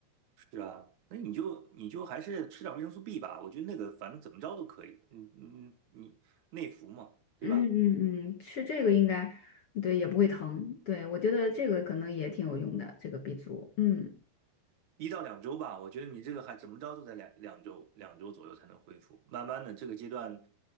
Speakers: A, on the right (about 60°); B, on the left (about 60°).
A: 是啊，那你就你就还是吃点维生素 B 吧，我觉得那个反正怎么着都可以，嗯嗯，你内服嘛，对吧？
B: 嗯嗯嗯，吃这个应该对也不会疼，对我觉得这个可能也挺有用的，这个 B 族，嗯，
A: 一到两周吧，我觉得你这个还怎么着都在两两周两周左右才能恢复，慢慢的这个阶段，